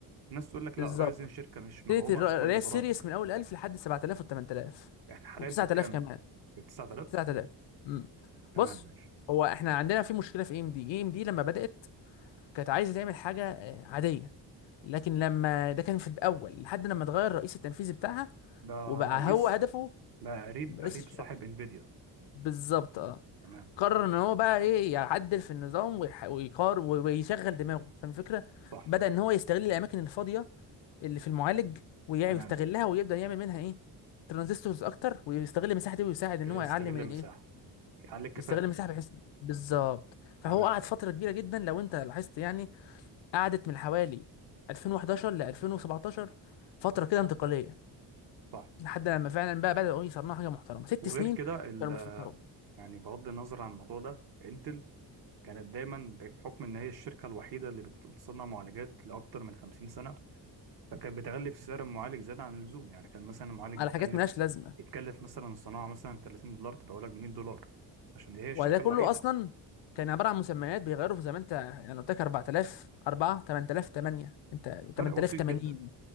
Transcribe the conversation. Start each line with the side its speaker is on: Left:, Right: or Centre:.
Right: ناس تقول لك
Left: بالظبط
Right: لا رايزن شركه مش مدعومه
Left: ابتدت الر-
Right: في كل
Left: اللي
Right: البرامج
Left: هي السيريس من اول 1000 لحد 7000 و8000
Right: احنا حاليا
Left: و9000
Right: في الكام
Left: كمان
Right: في 9000
Left: 9000 امم
Right: تمام
Left: بص
Right: ماشي
Left: هو احنا عندنا في مشكله في اي ام دي اي ام دي لما بدات كانت عايزه تعمل حاجه آه، عاديه لكن لما ده كان في الاول لحد لما اتغير الرئيس التنفيذي بتاعها
Right: ده
Left: وبقى
Right: رئيس
Left: هو هدفه
Right: لا قريب
Left: رئيس
Right: قريب
Left: الشركه
Right: صاحب انفيديا
Left: بالظبط اه
Right: تمام
Left: قرر ان هو بقى ايه يعدل في النظام ويح- ويقار ويشغل دماغه فاهم الفكره
Right: صح
Left: بدأ ان هو يستغل الاماكن الفاضيه اللي في المعالج ويستغلها
Right: تمام
Left: ويبدأ يعمل منها ايه ترانزستورز اكتر ويستغل المساحه دي ويساعد ان
Right: كده
Left: هو
Right: يستغل
Left: يعلم من
Right: المساحه
Left: الايه
Right: يعلي الكفاءه
Left: يستغل المساحه بحيث بالظبط فهو
Right: تمام
Left: قعد فتره كبيره جدا لو انت لاحظت يعني قعدت من حوالي 2011 ل 2017 فترة كده انتقالية
Right: صح
Left: لحد لما فعلا بقى بدأوا يصنعوا حاجة محترمة ست
Right: وغير
Left: سنين
Right: كده ال...
Left: كانوا بيفكروا
Right: يعني بغض النظر عن الموضوع ده انتل كانت دايما بحكم ان هي الشركه الوحيده اللي بت- بتصنع معالجات لاكتر من 50 سنه فكانت بتغلي في سعر المعالج زياده عن اللزوم يعني كان مثلا المعالج
Left: على
Right: يتكلف
Left: حاجات ملهاش لازمة
Right: يتكلف مثلا الصناعه مثلا 30 دولار تبقى لك 100 دولار عشان هي الشركه
Left: وده كله
Right: الوحيده
Left: أصلا كان عبارة عن مسميات بيغيروا في زي ما أنت يعني قلت لك 4000 4 8000 8 أنت
Right: فرق
Left: 8080
Right: بسيط جدا